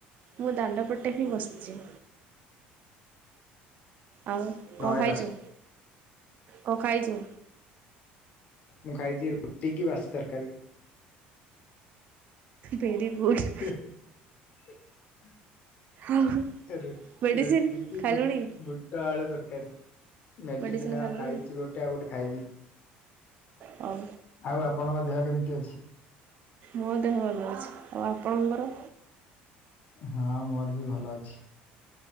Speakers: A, on the right; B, on the left.
A: ମୁଁ ଦାଣ୍ଡପଟେ ହିଁ ବସିଛି। ଆଉ
B: ନୟ
A: କଣ ଖାଇଛୁ,
B: ଦାସ
A: କଣ ଖାଇଛୁ?
B: ମୁଁ ଖାଇଛି ରୁଟି କି ବାସି ତରକାରୀ।
A: Very good.
B: <inaudible> ରୁଟିି
A: ଆଉ ମେଡ଼ିସିନ୍
B: ରୁଟି କି
A: ଖାଇଲୁଣି
B: ବୁଟ ବୁଟ ଆଳୁ ତରକାରୀ। ମେଡିସିନ୍
A: ମେଡ଼ିସିନ୍
B: ଆଉ
A: ଖାଇଲୁଣି
B: ଖାଇଛି ଗୋଟେ ଆଉ ଗୋଟେ ଖାଇବି।
A: ହଉ
B: ଆଉ ଆପଣଙ୍କ ଦେହ କେମିତି ଅଛି?
A: ମୋ ଦେହ ଭଲ ଅଛି। ଆଉ ଆପଣଙ୍କର?
B: ହଁ ମୋର ବି ଭଲ ଅଛି।